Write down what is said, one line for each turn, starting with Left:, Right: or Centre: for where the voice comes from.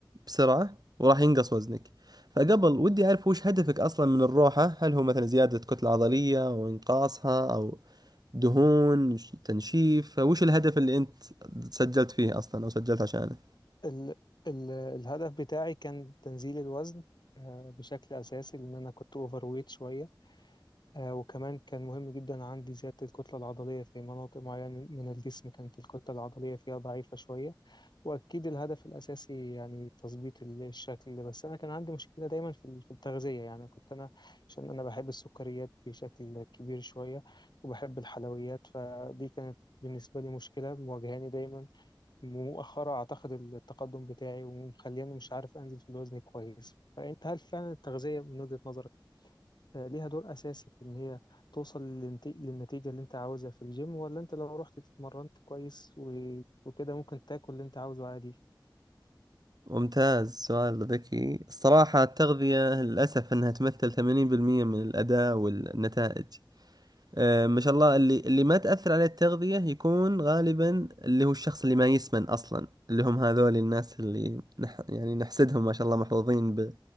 Right: بسرعة وراح ينقص وزنك فقبل ودي اعرف وش هدفك اصلا من الروحة هل هو مثلا زيادة كتلة عضلية او انقاصها او دهون ش- تنشيف فوش الهدف اللي انت سجلت فيه اصلا او سجلت عشانه
Left: ال... ال... الهدف بتاعي كان تنزيل الوزن آه، بشكل اساسي لان انا كنت اوفر ويت شوية آه، وكمان كان مهم جدا عندي زيادة الكتلة العضلية في مناطق معينة من الجسم كانت الكتلة العضلية فيها ضعيفة شوية وأكيد الهدف الأساسي يعني تظبيط ال- الشكل بس أنا كان عندي مشكلة دايما في ال- في التغذية يعني كنت أنا عشان أنا بحب السكريات بشكل كبير شوية وبحب الحلويات فدي كانت بالنسبة لي مشكلة مواجهاني دايما مؤخرة أعتقد التقدم بتاعي ومخليني مش عارف أنزل في الوزن كويس فأنت هل فعلا التغذية من وجهة نظرك آه، ليها دور أساسي في إن هي توصل للنت- للنتيجة اللي أنت عاوزها في الجيم ولا أنت لو رحت اتمرنت كويس و- وكده ممكن تاكل اللي أنت عاوزه عادي؟
Right: ممتاز سؤال ذكي الصراحة التغذية للأسف أنها تمثل 80% من الأداء والنتائج آه، ما شاء الله اللي اللي ما تأثر عليه التغذية يكون غالبا اللي هو الشخص اللي ما يسمن أصلا اللي هم هذول الناس اللي نح يعني نحسدهم ما شاء الله محظوظين ب...